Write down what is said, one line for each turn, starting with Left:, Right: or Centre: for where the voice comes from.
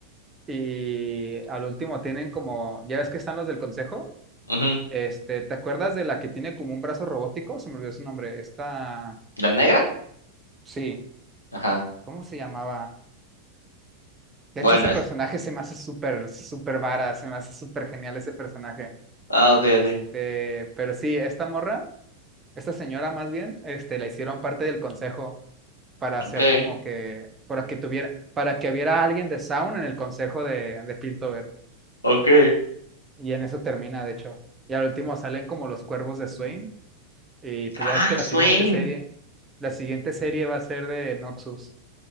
Right: Y al último tienen como, ya ves que están los del consejo.
Left: Ujú.
Right: Este, ¿te acuerdas de la que tiene como un brazo robótico? Se me olvidó su nombre. Esta,
Left: ¿La negra?
Right: sí,
Left: Ajá.
Right: ¿cómo se llamaba? De
Left: Bueno,
Right: hecho, ese
Left: es...
Right: personaje se me hace súper, súper vara, se me hace súper genial ese personaje.
Left: Ah, ok,
Right: Este,
Left: ok.
Right: pero sí, esta morra, esta señora más bien, este, la hicieron parte del consejo para hacer
Left: Ok.
Right: como que, para que tuviera, para que hubiera alguien de Sound en el consejo de, de Piltover.
Left: Ok.
Right: Y en eso termina, de hecho. Y al último salen como los cuervos de
Left: Mm.
Right: Swain. Y pues
Left: Ah,
Right: ya es que la
Left: Swain.
Right: siguiente serie, la siguiente serie va a ser de Noxus.